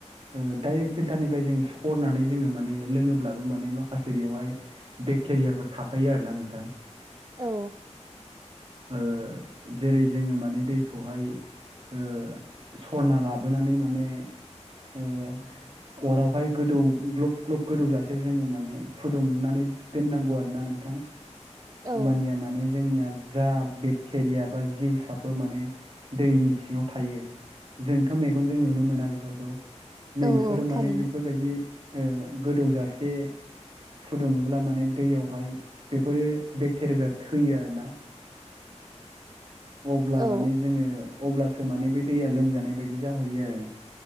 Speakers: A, on the right; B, on the right.
A: दडाइरेक्ट फिल्टारनिफ्राय जोङो सरनानै जोङो माने लोङोब्लाबो माने माखासे बेवहाय बेक्टेरियाफोर थाफायो आरोना नोंथां।
B: औ।
A: ओ जेरै जोङो माने दैखौहाय ओ सरना लाबोनानै माने ओ अरावहाय गोदौ ग्लब ग्लब गोदौजासे जोङो माने फुदुंनानै दोननांगौ आरो ना नोंथां होमबानिया
B: औ
A: माने जोंनिया जा बेक्ट टेरिया बा जिउसाफोर माने दैनि सिङाव थायो। जोंथ' मेगनजों नुनो मोना बेफोरखौ नैबेफोरो
B: औ
A: माने
B: थारैनो
A: बेफोरबायदि ओ गोदौजासे फुदुङोब्ला माने दैयावहाय बेफोरो बेक्टेरियाफ्रा थैयो आर ना अब्ला
B: औ
A: माने जोङो अब्लासो माने बे दैया लोंजानाय बायदि जाहैयो आरो